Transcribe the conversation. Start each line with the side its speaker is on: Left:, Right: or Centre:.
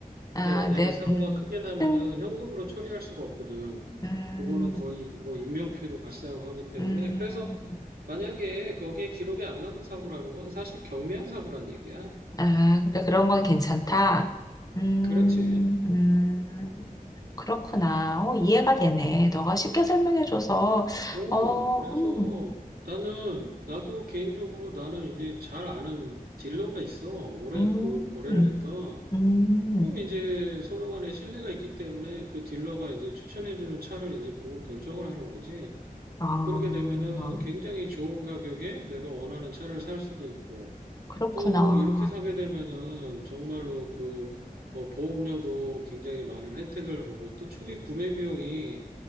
Right: 근데
Left: 아,
Right: 만약에
Left: 네,
Right: 사고가
Left: 음,
Right: 크게 나면은
Left: 음,
Right: 현금으로 처리할 수가 없거든.
Left: 음,
Right: 그거는 거의 뭐 인명피해도 발생하고 하기 때문에
Left: 음.
Right: 그래서 만약에 거기에 기록이 안 남은 사고라는 건 사실 경미한 사고란 얘기야.
Left: 아, 그러니까 그런 건 괜찮다. 음,
Right: 그렇지.
Left: 음. 그렇구나. 어, 이해가 되네. 너가 쉽게 설명해줘서,
Right: 오,
Left: 어,
Right: 그래서
Left: 음,
Right: 나는, 나도 개인적으로 나는 이제 잘 아는 딜러가 있어. 오래
Left: 음,
Right: 그 거래를 했던.
Left: 음,
Right: 그럼 이제 서로 간에 신뢰가 있기 때문에 그 딜러가 이제 추천해주는 차를 이제 보고 결정을 하는 거지.
Left: 아,
Right: 그렇게 되면은 굉장히 좋은 가격에 내가 원하는 차를 살 수도 있고,
Left: 그렇구나.
Right: 또 이렇게 사게 되면은 정말로 그, 어, 보험료도 굉장히 많은 혜택을 보고, 또 초기 구매 비용이